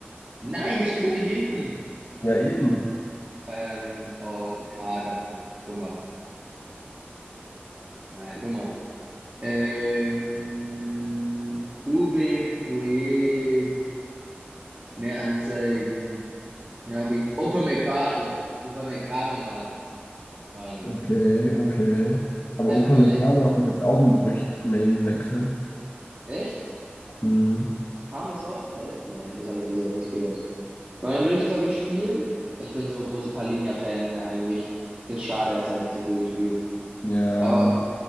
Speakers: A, on the right; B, on the left.
A: Nein, der spielt doch nicht hinten.
B: Ja, eben.
A: Bayern, oh, Kader. Guck mal. Nein, guck mal. Ähm, Ubik, Boye, Mehranzeigen. Ja, wie Upamecano. Upamecano meine mein ich.
B: Okay, okay. Aber
A: Dann
B: Upamecano
A: würde ich.
B: hat jetzt auch ein Gerücht, maybe Wechsel.
A: Echt?
B: Hm.
A: Kam das so? Echt? Nee, das habe ich bisher nicht gehört. Weil dann würde ich, glaube ich, spielen. Ich bin so ein großer Palinja-Fan, ne, eigentlich. Das ist schade, dass er nicht so viel gespielt
B: Ja,
A: Aber